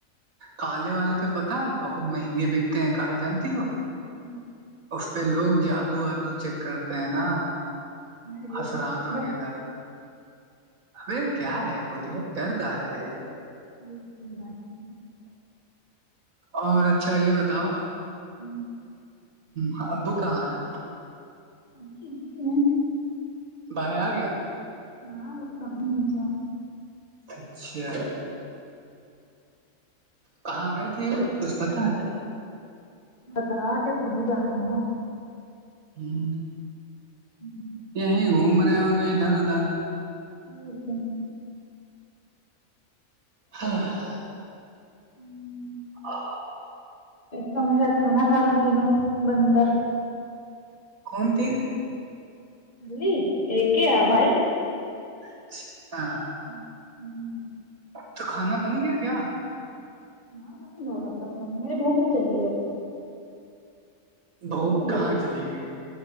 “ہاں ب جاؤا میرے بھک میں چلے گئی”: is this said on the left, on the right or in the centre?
Left